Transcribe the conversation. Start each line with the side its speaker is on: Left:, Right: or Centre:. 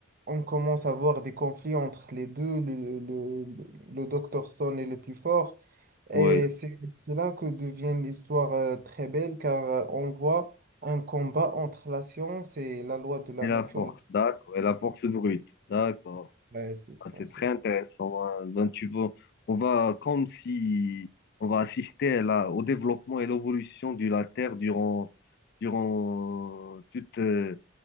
Right: on commence à voir des conflits entre les deux, le, le, le, le Dr. Stone est le plus fort. Et
Left: Oui.
Right: c'est c'est là que devient l'histoire euh, très belle car euh, on voit un combat entre la science et la loi de la
Left: Et la
Right: nature.
Left: force, d'accord. Et la force brute, d'accord.
Right: Ouais, c'est ça,
Left: Ah, c'est très
Right: c'est ça.
Left: intéressant. hein. Donc, tu vois, on va comme si on va assister là, au développement et l'évolution de la Terre durant, durant, toute, euh,